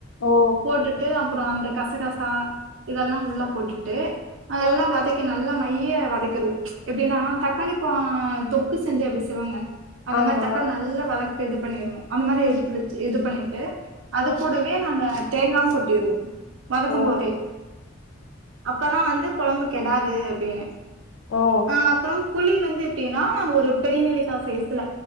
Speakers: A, on the left; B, on the right.
A: ஓ!
B: போட்டுட்டு அ அப்புறம் அந்த கசகசா இதெல்லாம் உள்ள போட்டுட்டு அதெல்லாம்
A: ம்.
B: வதைக்கணும் நல்ல தையே வதைக்குறது எப்படின்னா தக்காளிக்கும் தொக்கு செஞ்சா அப்படி செய்வாங்க அந்த
A: ஆமா.
B: மாதிரி தக்காளி நல்லா வதக்கு இது பண்ணிருணும் அந்த மாதிரி எடுத்து வச்சு இது பண்ணி அது
A: ம்.
B: கூடவே நாங்க தேங்காவும் கொட்டிறனும் வதக்கும்
A: ஓ!
B: போதே அப்பதான் வந்து கொழம்பு கெடாது அப்படின்னு
A: ஓ!
B: ஆஹ் அப்பறம் புளி வந்து எப்படின்னா நாங்க ஒரு பெரிய நெல்லிக்கா சைஸ்ல